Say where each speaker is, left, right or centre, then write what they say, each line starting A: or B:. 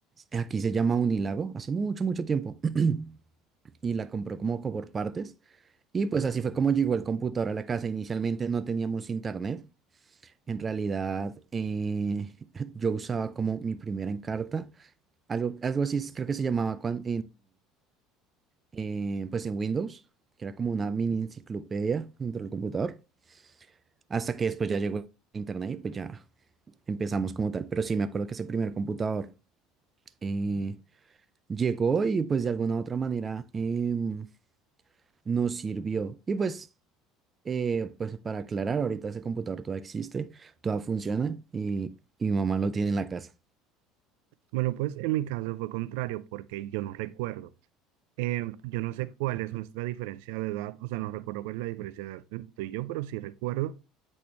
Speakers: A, on the right (about 20°); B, on the right (about 85°).
A: aquí se llama Unilago, hace mucho, mucho tiempo, <clears throat> y la compró como co- por partes. Y pues así fue como llegó el computador a la casa. Inicialmente no teníamos internet. En realidad, eh, <laughs> yo usaba como mi primera encarta, algo, algo así, creo que se llamaba cuando, eh, pues en Windows, que era como una mini enciclopedia dentro del computador, hasta que después ya llegó Internet y pues ya empezamos como tal. Pero sí, me acuerdo que ese primer computador eh, llegó y pues de alguna u otra manera em, nos sirvió. Y pues, eh, pues para aclarar, ahorita ese computador todavía existe, todavía funciona y, y mi mamá lo tiene en la casa.
B: Bueno, pues en mi caso fue contrario porque yo no recuerdo. Eh, yo no sé cuál es nuestra diferencia de edad, o sea, no recuerdo cuál es la diferencia de edad entre tú y yo, pero sí recuerdo